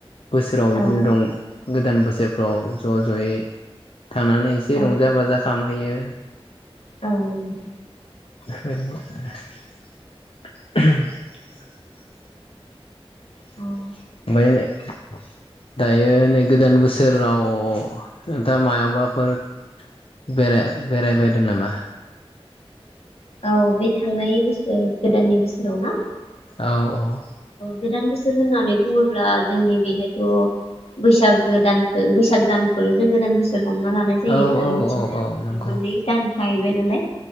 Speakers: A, on the left (about 65°); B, on the left (about 80°).
A: बोसोराव
B: औ
A: बिदिनो दं गोदान बोसोर फ्र ज'ज'यै थांनानै एसे
B: औ
A: रंजा बाजा खामहैयो।
B: औ नंगौ
A: <inaudible> <inaudible> <unintelligible>
B: औ
A: दायो नै गोदान बोसो बोसोराव दा मायावबाफोर बे बेरायबायदों नामा?
B: औ बे थांनाय बोसोर गोदाननि बोसोराव ना?
A: औ औ
B: गोदान बोसोर होननानै बुङोब्ला जोंनि बेहायथ' बैसागो दानखौ बैसाग दानखौ जों गोदान बोसोर हमना लानाय जायो
A: औ
B: आरो
A: औ
B: बिथिं
A: औ
B: जाय
A: औ नंगौ
B: मोननै दान थाहैबाय नालाय